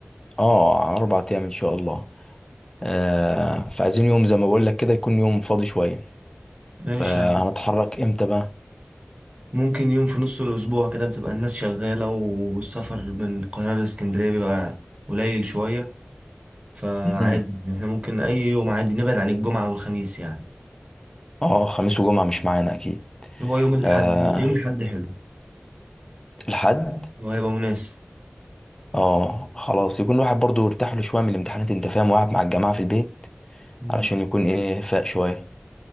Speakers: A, on the left (about 15°); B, on the right (about 30°).
A: اه على اربع ايام ان شاء الله آه، فعايزين يوم زي ما بقول لك كده يكون يوم فاضي شويه
B: ماشي
A: فهنتحرك امتى بقى
B: ممكن يوم في نص الأسبوع كده بتبقى الناس شغالة والسفر من القاهرة لإسكندرية بيبقى قليل شوية فعادي
A: <laughs>
B: احنا ممكن أي يوم عادي نبعد عن الجمعة والخميس يعني
A: اه خميس وجمعة مش معانا اكيد
B: هو يوم الأحد
A: آه
B: يوم الأحد حلو
A: الحد
B: هو هيبقى مناسب
A: اه خلاص يكون الواحد برضو ارتاح له شوية من الامتحانات انت فاهم وقاعد مع الجماعة في البيت
B: مم.
A: علشان يكون ايه فاق شوية